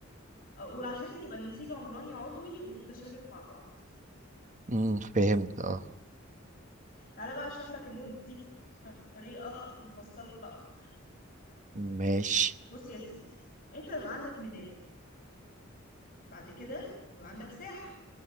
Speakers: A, on the left; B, on the right.
A: آه، وعشان يبقى النسيج عمراني عضوي ومتشابك مع بعض
B: امم فهمت اه
A: تعالى بقى اشرح لك النودز دي بطريقة مفصلة اكتر
B: ماشي
A: بص يا سيدي انت بيبقى عندك ميدان بعد كده بيبقى عندك ساح